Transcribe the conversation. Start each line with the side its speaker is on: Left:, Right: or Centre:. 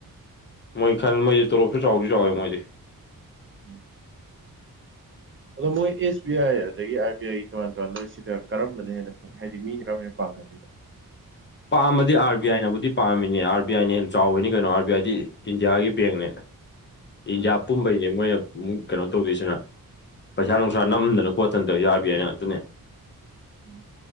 Left: ꯃꯣꯏ ꯈꯟ ꯃꯣꯏꯗꯤ ꯇꯣꯂꯣꯞꯁꯨ ꯆꯥꯎꯗꯤ ꯆꯥꯎꯋꯦ ꯃꯣꯏꯗꯤ
Right: ꯎꯝ ꯑꯗꯣ ꯃꯣꯏ ꯑꯦꯁ ꯕꯤ ꯑꯥꯏ ꯑꯗꯒꯤ ꯑꯥꯔ ꯕꯤ ꯑꯥꯏꯒꯤ ꯇꯣꯉꯥꯟ ꯇꯣꯉꯥꯟꯕ ꯁꯤꯗ ꯀꯔꯝꯕꯅ ꯍꯦꯟꯅ ꯐꯒꯦ ꯍꯥꯏꯗꯤ ꯃꯤꯅ <unintelligible> ꯄꯥꯝꯅꯒꯦꯗꯣ
Left: <unintelligible> ꯄꯥꯝꯃꯗꯤ ꯑꯥꯔ ꯕꯤ ꯑꯥꯏꯅꯕꯨꯗꯤ ꯄꯥꯝꯃꯤꯅꯦ ꯑꯥꯔ ꯕꯤ ꯑꯥꯏꯅ ꯍꯦꯟꯅ ꯆꯥꯎꯔꯤꯅꯤ ꯀꯩꯅꯣ ꯑꯥꯔ ꯕꯤ ꯑꯥꯏꯗꯤ ꯏꯟꯗꯤꯌꯥꯒꯤ ꯕꯦꯡꯅꯦ ꯏꯟꯗꯤꯌꯥ
Right: ꯑꯥ
Left: ꯄꯨꯝꯕꯩꯅꯦ ꯃꯣꯏꯅ ꯨꯀꯩꯅꯣ ꯇꯧꯗꯣꯏꯁꯤꯅ ꯄꯩꯁꯥ ꯅꯨꯡꯁꯥ ꯅꯝꯗꯅ ꯈꯣꯠꯇꯅ ꯇꯧꯔꯤꯁꯦ ꯑꯥꯔ ꯕꯤ ꯑꯥꯏꯅ ꯉꯥꯛꯇꯅꯦ
Right: ꯎꯝ